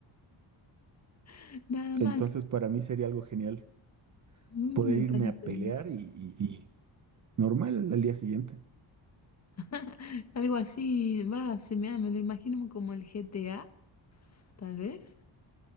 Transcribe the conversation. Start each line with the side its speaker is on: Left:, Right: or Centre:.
Left: <laughs> nada más.
Right: Entonces para mí sería algo genial
Left: Mm,
Right: poder
Left: Me
Right: irme
Left: parece
Right: a pelear
Left: bien.
Right: y, y y normal al día siguiente.
Left: <laughs> Algo así, va, se me, da, me lo imagino como el GTA, tal vez.